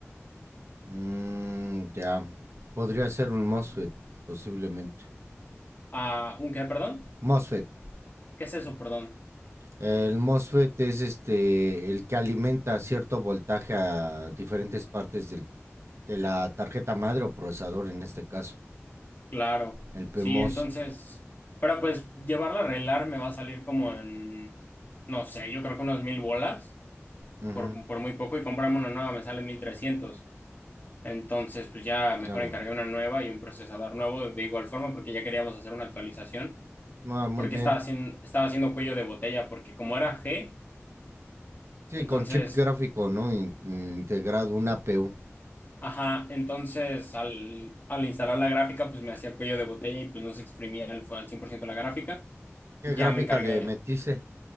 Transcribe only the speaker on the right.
Mm, ya. Podría ser un MOSFET, posiblemente.
MOSFET.
El MOSFET es este el que alimenta cierto voltaje a diferentes partes del- de la tarjeta madre o procesador en este caso.
El PMOS.
Ujú,
claro.
Ah, muy
bien.
Sí,
con chip gráfico, ¿no? In- integrado, una APU.
¿Qué
gráfica
le metiste?